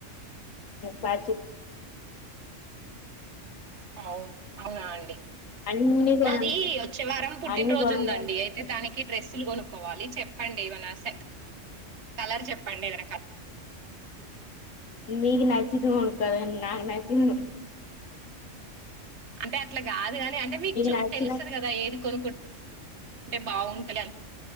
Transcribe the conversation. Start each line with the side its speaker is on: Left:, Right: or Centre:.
Left: పై
Right: అవును అవునా అండి
Left: అన్ని కొన
Right: నాది వచ్చే వారం పుట్టినరోజు
Left: అన్ని కొనలే
Right: ఉందండి అయితే తానికి ఈ డ్రెస్సులు కొనుకోవాలి చెప్పండి ఏమైనా సేక్ కలర్ చెప్పండి ఏదైనా
Left: మీకు నచ్చిది కొనుకోవాలి నాకు నచ్చిది
Right: అంటే అట్లా కాదు గానీ అంటే మీకు చూ
Left: నచ్చిన
Right: తెలుస్తది కదా ఏది కొనుకుంట అంటే బాగుంటాల